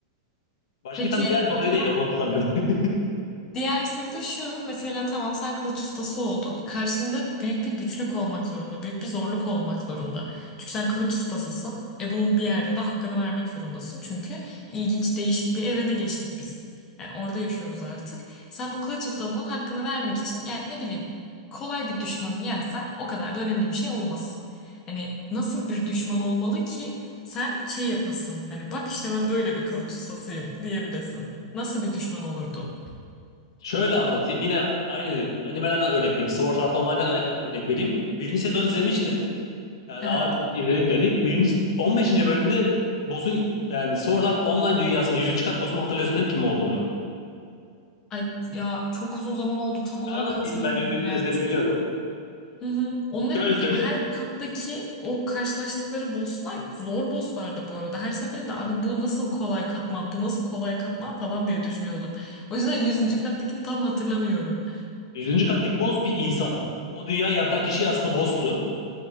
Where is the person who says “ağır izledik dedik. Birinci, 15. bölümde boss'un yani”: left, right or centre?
Left